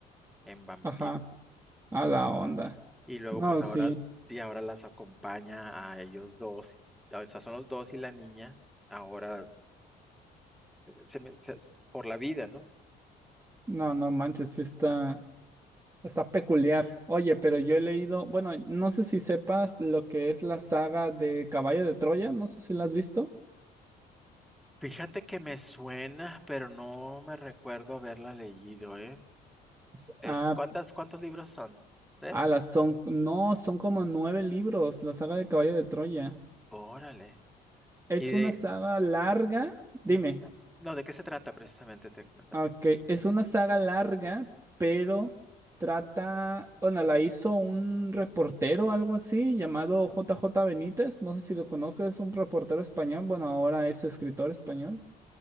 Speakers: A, in the centre; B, on the right.
A: en vampiro.
B: Ajá. A la onda.
A: Y luego,
B: No,
A: pues ahora,
B: sí.
A: y ahora las acompaña a ellos dos. O sea, son los dos y la niña ahora se- se me- se- por la vida, ¿no?
B: No, no manches, sí está, está peculiar. Oye, pero yo he leído, bueno, no sé si sepas lo que es la saga de Caballo de Troya, no sé si la has visto.
A: Fíjate que me suena, pero no me recuerdo haberla leído, ¿eh?
B: S-
A: Es,
B: Ah,
A: ¿cuántas, cuántos libros son? ¿Tres?
B: Ah, las son, no, son como nueve libros, la saga de Caballo de Troya.
A: Órale.
B: Es
A: Y de...
B: una saga larga, dime,
A: ujú. No, ¿de qué se trata precisamente? Te comentaba.
B: ok, es una saga larga, pero trata, bueno, la hizo un reportero, algo así, llamado J. J. Benítez, no sé si lo conozcas, es un reportero español, bueno, ahora es escritor español,